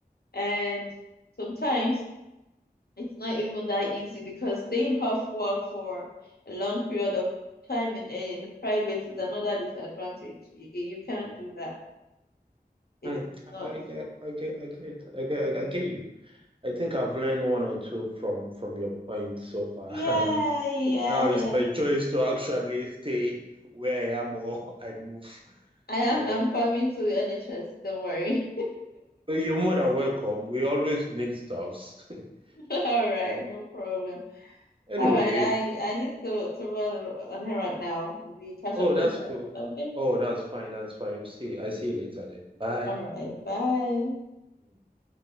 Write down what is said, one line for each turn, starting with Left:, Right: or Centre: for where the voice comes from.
Left: And sometimes It's not even that easy because staying off work for a long period of time in eh, in the private is another disadvantage. You, you can't do that. It's
Right: Hmm.
Left: not,
Right: I
Left: it's
Right: get,
Left: not.
Right: I get, I get, I get, I get you. I think I've learned one or two from from your point so far,
Left: Yeah,
Right: <laughs> and
Left: yeah,
Right: now it's
Left: yeah.
Right: my choice to actually stay where I am or I move.
Left: I am
Right: Yeah.
Left: I'm coming to NHS, don't worry.
Right: Well, You're more than welcome. We always need stuffs. <laughs>
Left: <laughs> All right, no problem.
Right: Anyway,
Left: All right, I I need to to run on here right now. We catch
Right: oh,
Left: up later.
Right: that's cool.
Left: Okay.
Right: Oh, that's fine. That's fine. We see. I see you later then. Bye.
Left: All right, bye.
Right: Mm.